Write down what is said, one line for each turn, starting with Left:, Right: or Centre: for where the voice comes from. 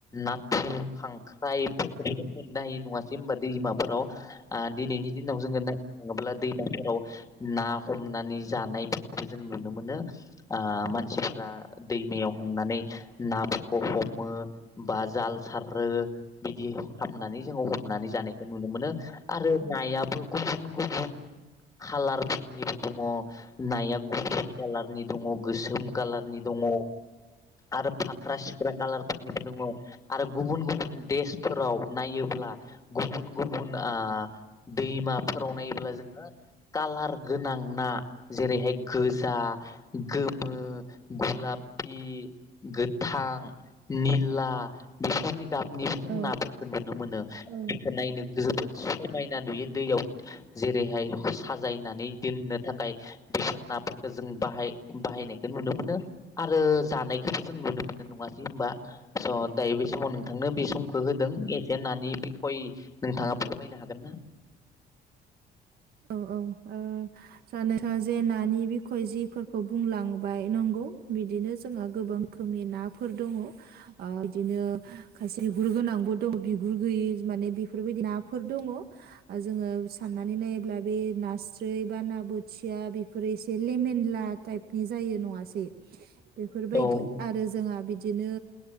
Left: नाथुर खांख्राइ मोननो हायो नङासै होमबा दैमाफोराव ओ दिनैनि दिनाव जोङो नाय थाङोब्ला दैमाफोराव ना हमनानै जानायफोरखौबो जों नुनो मोनो ओ मानसिफोरा दैमायाव हांनानै नाफोरखौ हमो बा जाल सारो बिदि खामनानै जों हम नानै जानायखौ नुनो मोनो आरो नायाबो गुबुन गुबुन खालारफोरनिबो दङ नाया गुफुर कालारनि दङ गोसोम कालारनि दङ आरो फाख्रा -सिख्रा कालार निबो दङ आरो गुबुन गुबुन देशफोराव नायोब्ला गुबुन गुबुन दैमाफोराव नायोब्ला जोङो कालार गोनां ना जेरैहाय गोजा गोमो गुलापि गोथां निला बेफोरबायदि गाबनिबो जों
Right: औ
Left: नाफोरखौ नुनो मोनो
Right: औ
Left: बेखौ नायनो जोबोद समायना नुयो दैयाव जेरैहाय साजायनानै दोननो थाखाय बेफोर नाफोरखौ जों बाहाय बाहायनायखौ नुनो मोनो आरो जानायखौबो जों नुनो मोनो नङासै होनबा स' दायो बे समाव नोंथांनो बे समखौ होदों एसे नानि खयै नोंथाङा फोरमायनो हागोन ना
Right: औ औ ओ जानो थां जे नानि बिखय जिफोरखौ बुंलांबाय नंगौ बिदिनो जोंहा गोबां रोखोमनि नाफोर दङ ओ बिदिनो खायसे बिगुर गोनांबो दङ बिगुर गैयि माने बेफोरबायदि नाफोर दङ। ओ जोङो साननानै नायोब्ला बे नास्राय बा ना बोथिया बेफोरो एसे लेमेनला टाइप बि जायो नङासै। बेफोरबायदि
Left: औ
Right: आरो जोंहा बिदिनो